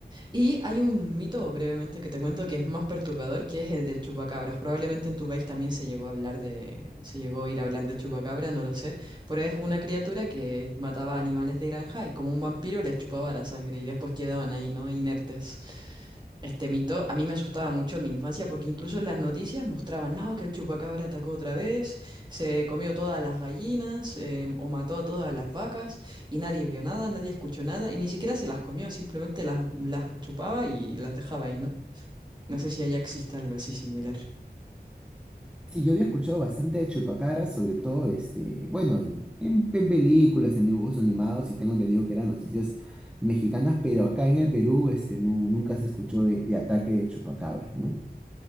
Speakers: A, on the right; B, in the centre.
A: Y hay un mito brevemente que te cuento que es más perturbador, que es el del chupacabras. Probablemente en tu país también se llegó a hablar de, se llegó a ir a hablar del chupacabra, no lo sé, pero es una criatura que mataba animales de granja y como un vampiro les chupaba la sangre y después quedaban ahí, ¿no? Inertes. Este mito a mí me asustaba mucho en mi infancia porque incluso en las noticias mostraban, no, que el chupacabra atacó otra vez, se comió todas las gallinas em, o mató a todas las vacas y nadie vio nada, nadie escuchó nada y ni siquiera se las comió, simplemente las, las chupaba y las dejaba ahí, ¿no? No sé si allá existe algo así similar.
B: Sí, yo había escuchado bastante de Chupacabras, sobre todo, este, bueno, en, en- en películas, en dibujos animados, y tengo entendido que eran noticias mexicanas, pero acá en el Perú, este, no, nunca se escuchó de, de ataque de Chupacabras, ¿no?